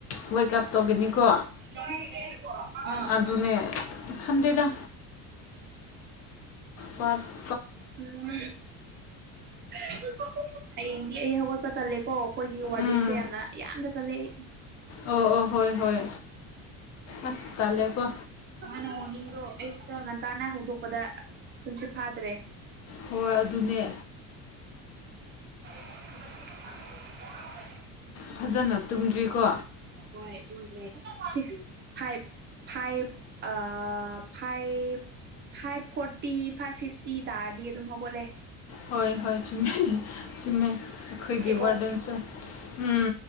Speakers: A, on the left; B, on the right.
A: ꯑꯣꯏꯀꯞ ꯇꯧꯒꯅꯤꯀꯣ
B: ꯑꯥ
A: ꯑꯗꯨꯅꯦ ꯈꯟꯗꯦꯗ ꯋꯥꯠ <inaudible>
B: ꯎꯝ ꯫꯫꯫꯫꯫ ꯍꯌꯦꯡꯗꯤ ꯑꯩ ꯍꯧꯒꯠꯄ ꯇꯜꯂꯦꯀꯣ ꯑꯩꯈꯣꯏꯒꯤ ꯋꯥꯔꯗꯦꯟꯁꯦ
A: ꯎꯝ
B: ꯌꯥꯝꯅ ꯌꯥꯝꯅ ꯇꯜꯂꯦ ꯑꯩ
A: ꯑꯣ ꯑꯣ ꯍꯣꯏ ꯍꯣꯏ ꯑꯁ ꯇꯂꯦꯀꯣ
B: ꯃꯥꯅ ꯃꯣꯔꯅꯤꯡꯗꯣ ꯑꯌꯨꯛꯇ ꯉꯟꯇꯥꯅ ꯍꯧꯗꯣꯛꯄꯗ ꯇꯝꯁꯤꯠ ꯐꯥꯗ꯭ꯔꯦ
A: ꯍꯣꯏ ꯑꯗꯨꯅꯦ
B: <unintelligible>
A: ꯐꯖꯅ ꯇꯨꯝꯗ꯭ꯔꯤꯀꯣ
B: <unintelligible> ꯁꯤꯛꯁ ꯐꯥꯏꯚ ꯐꯥꯏꯚ ꯑꯥ five five forty five fifty thirty ꯑꯗꯨꯝ ꯍꯧꯒꯠꯂꯦ
A: ꯍꯣꯏ ꯍꯣꯏ ꯆꯨꯝꯃꯦ ꯆꯨꯝꯃꯦ ꯈꯣꯏꯒꯤ
B: ꯀꯣ
A: ꯋꯥꯔꯗꯦꯟꯁꯨ ꯎꯝ